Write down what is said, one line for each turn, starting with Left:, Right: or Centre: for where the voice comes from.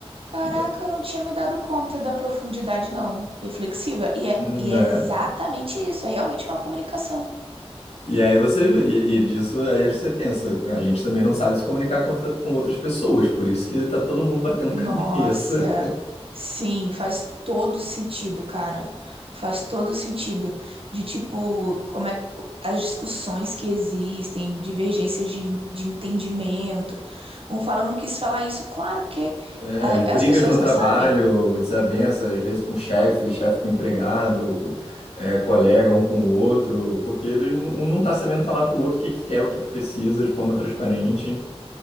Right: Caraca,
Left: E,
Right: eu não tinha me dado conta da profundidade, não. Reflexiva. E é,
Left: né?
Right: e é exatamente isso, é realmente uma comunicação.
Left: E aí você e, e disso aí você pensa, a gente também não sabe se comunicar com, outra- com outras pessoas, por isso que tá todo mundo batendo
Right: Nossa,
Left: <laughs> cabeça
Right: sim, faz todo sentido, cara. Faz todo sentido de tipo, como é as discussões que existem, divergências de, de entendimento. Um falando quis falar isso, claro, porque
Left: É,
Right: a-
Left: as brigas
Right: as pessoas
Left: no
Right: não
Left: trabalho,
Right: sabem.
Left: desavença, às vezes com o chefe, chefe com o empregado, é, colega um com o outro, porque ele n- um não tá sabendo falar pro outro o que que quer, o que que precisa de forma transparente.